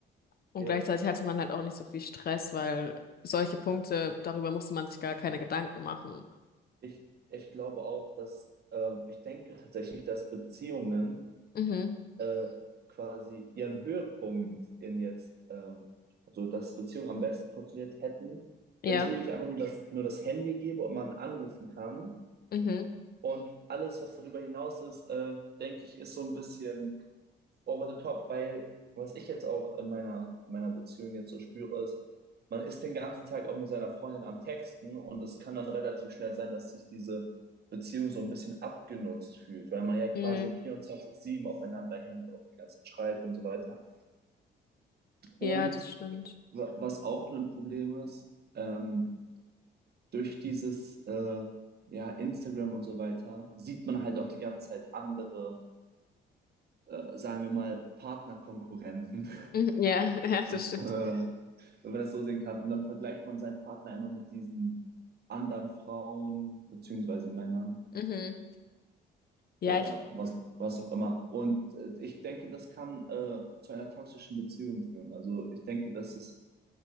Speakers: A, on the left; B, on the right.
A: Und
B: ja.
A: gleichzeitig hatte man halt auch nicht so viel Stress, weil solche Punkte, darüber musste man sich gar keine Gedanken machen.
B: Ich, ich glaube auch, dass ähm, ich denke tatsächlich, dass Beziehungen
A: Mhm.
B: äh, quasi ihren Höhepunkt in jetzt, ähm, also dass Beziehungen am besten funktioniert hätten,
A: Ja.
B: wenn es wirklich einfach nur das, nur das Handy gäbe und man anrufen kann.
A: Mhm.
B: Und alles, was darüber hinaus ist, äh, denke ich, ist so ein bisschen over the top, weil was ich jetzt auch in meiner, in meiner Beziehung jetzt so spüre, ist, man ist den ganzen Tag auch mit seiner Freundin am Texten und es kann dann relativ schnell sein, dass sich diese Beziehung so ein bisschen abgenutzt fühlt, weil man ja quasi
A: Mhm.
B: vierundzwanzig sieben aufeinander hängt, auch die ganze Zeit schreibt und so weiter. Und
A: Ja, das stimmt.
B: wa- was auch ein Problem ist, ähm, durch dieses äh, ja, Instagram und so weiter sieht man halt auch die ganze Zeit andere, äh, sagen wir mal, Partnerkonkurrenten.
A: Mhm. Ja, <laughs> ja, das
B: <laughs>
A: stimmt.
B: wenn man das so sehen kann. Und dann vergleicht man seinen Partner immer mit diesen anderen Frauen beziehungsweise Männern
A: Mhm. Ja,
B: oder
A: ich,
B: was, was auch immer. Und äh, ich denke, das kann äh, zu einer toxischen Beziehung führen. Also ich denke, dass es,